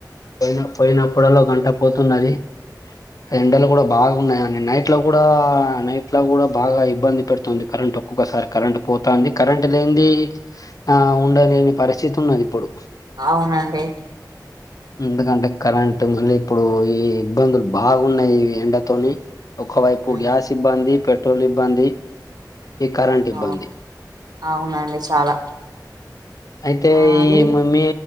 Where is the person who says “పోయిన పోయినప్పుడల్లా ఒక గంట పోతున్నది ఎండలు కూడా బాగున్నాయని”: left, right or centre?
Left